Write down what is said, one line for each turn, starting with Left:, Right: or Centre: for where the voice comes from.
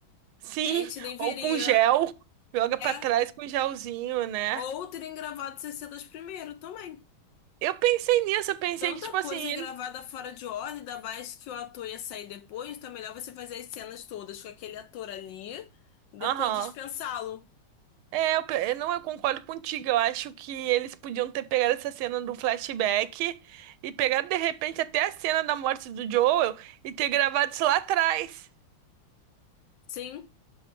Right: sim,
Left: A gente nem veria.
Right: ou com gel, joga pra
Left: É.
Right: trás com gelzinho, né?
Left: Ou terem gravado 60 primeiro também.
Right: Eu pensei nisso, eu pensei
Left: Tanta
Right: que tipo assim,
Left: coisa gravada
Right: eles,
Left: fora de ordem, ainda mais que o ator ia sair depois, então é melhor você fazer as cenas todas com aquele ator ali e depois
Right: aham.
Left: dispensá-lo.
Right: É, eu, pe- eu não, eu concordo contigo. Eu acho que eles podiam ter pegado essa cena do flashback e pegado de repente até a cena da morte do Joel e ter gravado isso lá atrás.
Left: Sim.